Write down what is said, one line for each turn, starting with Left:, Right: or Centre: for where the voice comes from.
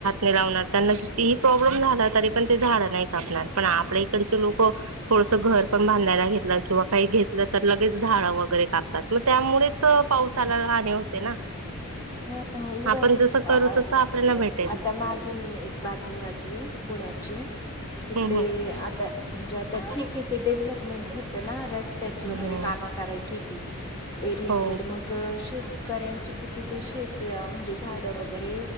Right: त्यांना प्रॉब्लेम झाला तरी पण ते झाड नाही कापणार. पण आपल्या इकडचे लोक. थोडसं घर पण बांधायला घेतलं किंवा काही घेतलं तर लगेच झाडं वगैरे कापतात मग त्यामुळेच पावसाला राहणे होते ना.
Left: हो. टीवर
Right: आपण जसं
Left: अ
Right: करू तसं आपल्याला भेटेल
Left: आता मागे मी एक बातमी वाचली पुण्याची. तिकडे
Right: हम्म
Left: आता म्हणजे आता ठीक हाय. ते डेव्हलपमेंट होतंना रस त्याची
Right: हम्म
Left: वगैरे
Right: हो
Left: कामं करायची होती. ते रिंगरोड
Right: हो
Left: मग शे कऱ्यांचे किती ते शेत? म्हणजे झाडं वगैरे